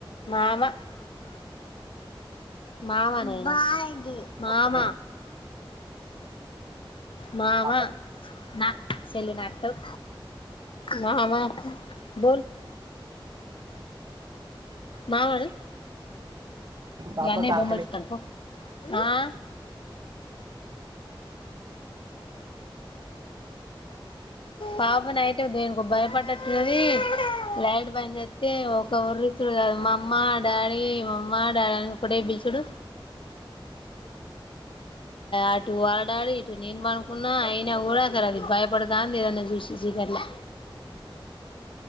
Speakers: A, on the left; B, on the right.
A: మామ. మామ నే. మామ.
B: ఒక్క నిమిషం.
A: మామా
B: పాప
A: నా సేల్ నాకుతవ్ మామా బోల్. మామ అను.
B: పాపకి
A: మీ అన్నయ్య బొమ్మల్
B: ఆకలి
A: చూతన్నాడు పో. ఆహ్. పాప నైట్ దేనికో భయపడ్డట్టున్నది లైట్ బంద్ చేస్తే ఒక వర్లీచ్చుడు కాదు. మా అమ్మ డాడీ మామ్మ డాడీ అని ఒకటే బిల్చుడు. అటు వాళ్ళ డాడీ ఇటు నేను పనుకున్నా అయినా కూడా అసలు అది భయపడతంది ఏదన్నా. ఈ చీ చీకట్లా.